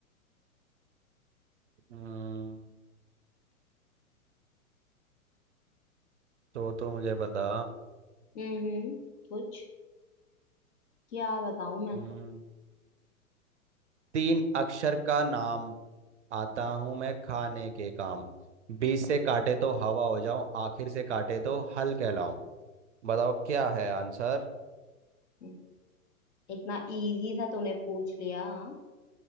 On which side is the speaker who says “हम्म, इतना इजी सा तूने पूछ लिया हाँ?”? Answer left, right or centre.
Left